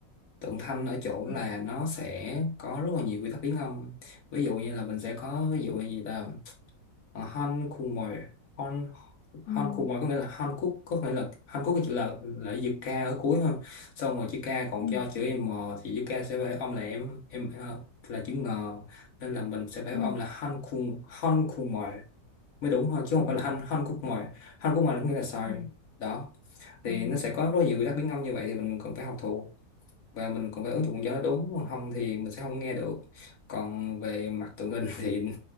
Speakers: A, on the left; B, on the left.
A: tượng thanh ở chỗ
B: Ừ.
A: là nó sẽ có rất là nhiều quy tắc biến âm ví dụ như là mình sẽ có ví dụ như gì ta à, Han khùng mồi Han Han
B: Ừ.
A: khùng mồi có nghĩa là Hàn Quốc có nghĩa là Hàn Quốc cái chữ là là chữ K ở cuối ha xong rồi chữ K còn
B: Ừ.
A: cho chữ M thì chữ K sẽ phải âm là em em ờ, là chữ ngờ nên là mình sẽ phải
B: Ừ.
A: âm là Han khùng Han khùng mồi mới đúng thôi chứ không
B: Ừ.
A: phải là Han Han khúc mồi Han khúc mồi là có nghĩa là sai
B: Ừ.
A: đó thì
B: Ừ.
A: nó sẽ có rất nhiều quy tắc biến âm như vậy thì mình cần phải học thuộc và mình cũng phải
B: Ờ.
A: ứng dụng cho nó đúng không thì mình sẽ không nghe được còn về mặt tụi mình <laughs> thì